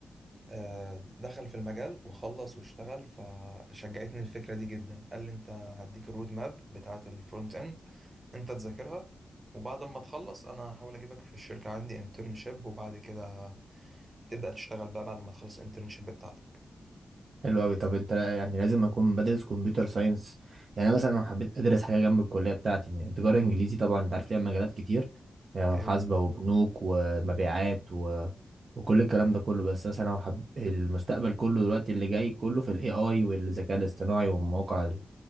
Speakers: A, on the right; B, on the right.
A: آه، دخل في المجال وخلص واشتغل فشجعتني الفكرة دي جدا قال لي أنت هديك الرود ماب بتاعة الفرونت إند أنت تذاكرها وبعد ما تخلص أنا هحاول أجيبك في الشركة عندي انترنشيب وبعد كده تبدأ تشتغل بقى بعد ما تخلص الانترنشيب بتاعتك
B: حلو قوي طب انت يعني لازم اكون بدرس كمبيوتر ساينس يعني انا مثلا لو حبيت ادرس حاجه جنب الكليه بتاعتي يعني تجاره انجليزي طبعا انت عارف ليها مجالات كتير يعني
A: أيوه
B: محاسبه وبنوك ومبيعات و... وكل الكلام ده كله بس مثلا لو حب... المستقبل كله دلوقتي اللي جاي كله في الاي اي والذكاء الاصطناعي والمواقع ال-